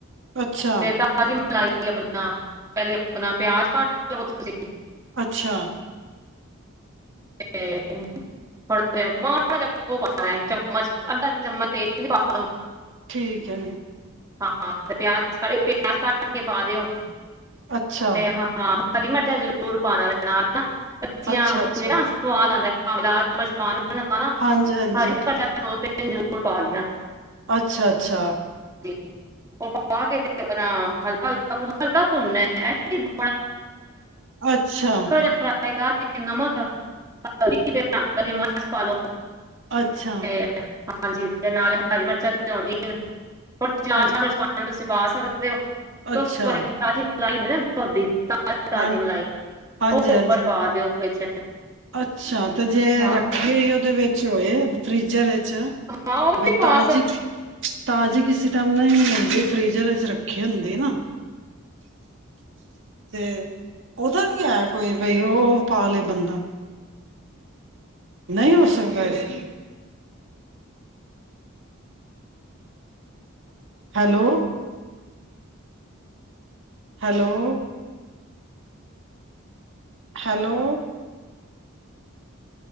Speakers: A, on the right (about 65°); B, on the right (about 15°).
A: ਅੱਛਾ,
B: ਤੇ ਤਾਜੀ ਮੱਲ ਮਲਾਈ <unintelligible> ਆਪਣਾ, ਪਹਿਲੇ ਆਪਣਾ ਪਿਆਜ ਕੱਟ ਲੋ ਥੋਡੇ ਜੇ।
A: ਅੱਛਾ।
B: ਤੇ ਥੋੜਾ ਜਯਾ ਮਾੜਾ ਜਾ ਕਯੋ ਪਾਣਾ ਚਮਚ ਅੱਧਾ ਚਮਚ ਤੇਲ ਪਾਦੋ।
A: ਠੀਕ ਹੈ।
B: ਹਾਂ ਤੇ ਪਿਆਜ ਸਾਰੇ ਪਿਆਜ ਕੱਟ ਕੇ ਪਾ ਦਯੋ।
A: ਅੱਛਾ,
B: ਤੇ ਹਾਂ ਹਾਂ। ਹਰੀ ਮਿਰਚ ਦਾ ਜ਼ਰੂਰ ਪਾਣਾ ਨਾਲ। ਕੱਚੀਆਂ
A: ਅੱਛਾ,
B: ਚ
A: ਅੱਛਾ।
B: ਜ ਨਾ ਸਵਾਦ ਆਂਦਾ। ਭਾਵੇਂ ਲਾਲ ਮਰਚ ਪਾਨ <unintelligible> ਪਾਣਾ,
A: ਹਾਂਜੀ-ਹਾਂਜੀ,
B: ਹਰੀ ਮਰਚ ਦਾ ਦੋ ਤੀਨ ਜ਼ਰੂਰ ਪਾ ਲੈਣਾ।
A: ਅੱਛਾ ਅੱਛਾ।
B: <unintelligible> ਔ ਪਾ ਕਿ ਤੇ ਆਪਣਾ ਹਲਕਾ ਹਲ ਹਲਕਾ ਪੁਨਨੇ। <unintelligible> <unintelligible> ਹਲਕਾ
A: ਅੱਛਾ,
B: ਜ ਫਰਾ <unintelligible> ਨਮਕ, ਹਲਕੀ ਜੇਹੀ ਰੰਗਦਾਰ ਮਰਚ ਪਾ ਲੋ।
A: ਅੱਛ-
B: ਤੇ ਹਾਂਜੀ, ਤੇ ਨਾਲੇ ਹਰੀ ਮਿਰਚਾਂ ਤੇ ਹੋਂਦਿਆਂ ਹੀਨ। ਹੁਨ <unintelligible>
A: ਅੱਛਾ, ਅ
B: ਤੁਸੀਂ ਪਾ ਸਕਦੇ ਤੇ ਔ
A: ਅੱਛਾ,
B: ਔਸ ਤੋਂ ਬਾਦ ਤਾਜ਼ੀ <unintelligible> ਹੁੰਦੀ ਏ ਨਾ <unintelligible> <unintelligible> ਤਾਜ਼ੀ
A: ਹਾਂ
B: ਮਲਾਈ
A: ਹਾਂਜੀ-ਹਾਂਜੀ,
B: ਔ ਓਪਰ ਪਾ ਦਯੋ ਵਿੱਚ
A: ਅੱਛਾ। ਤੇ ਜੇ
B: ਹਾਂ
A: ਰੱਖੀ ਹੋਇ ਏ ਔਦੇ ਵਿੱਚ ਚੋਏ ਫ੍ਰੀਜਰ ਏ ਅੱਛਾ
B: ਹਾਂ ਉਹ
A: ਬਈ
B: ਵੀ ਪਾ
A: ਤਾਜੀ ਤਾਜ਼ੀ ਕਿਸੇ ਟਾਈਮ ਨਯੀ ਵੀ ਹੁੰਦੀ ਫ੍ਰਿਜ਼ਰ ਏਚ ਰੱਖੀ ਹੁੰਦੀ ਨਾ, ਤੇ ਔਦਾ ਵੀ ਹੈ ਕੋਈ ਬਈ ਔ ਪਾ ਲੇ ਬੰਦਾ। ਨਹੀਂ ਹੋ ਸਕਦਾ ਇਸ hello hello hello